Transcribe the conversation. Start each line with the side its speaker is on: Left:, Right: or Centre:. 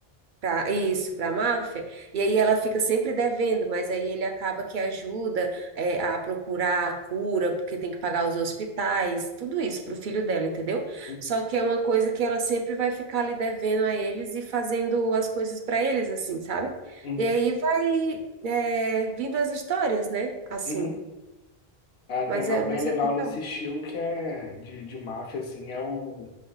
Right: Pra, isso, para a máfia, e aí ela fica sempre devendo, mas aí ele acaba que ajuda é, a procurar a cura, porque tem que pagar os hospitais, tudo isso para o filho dela, entendeu?
Left: Uhum.
Right: Só que é uma coisa que ela sempre vai ficar ali devendo a eles e fazendo as coisas para eles, assim, sabe?
Left: Uhum.
Right: E aí vai é, vindo as histórias, né? Assim,
Left: Uhum. Ah, tem
Right: mas
Left: uma
Right: é,
Left: bem
Right: mas
Left: legal
Right: é legal.
Left: nesse estilo que é de, de máfia, assim, é o